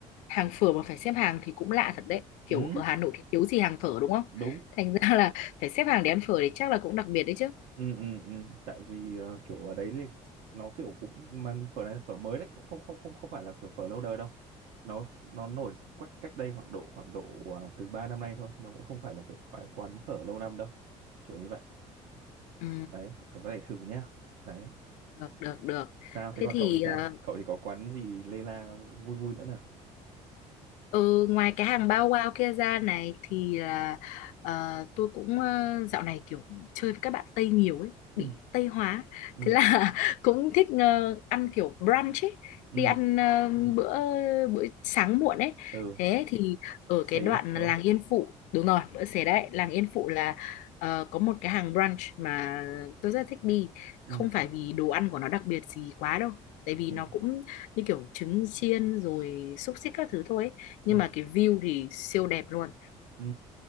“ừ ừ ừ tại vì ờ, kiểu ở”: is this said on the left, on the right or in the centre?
Right